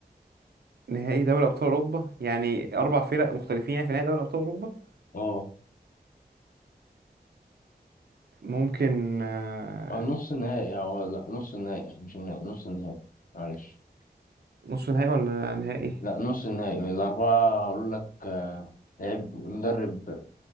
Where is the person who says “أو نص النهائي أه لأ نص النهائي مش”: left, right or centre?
Left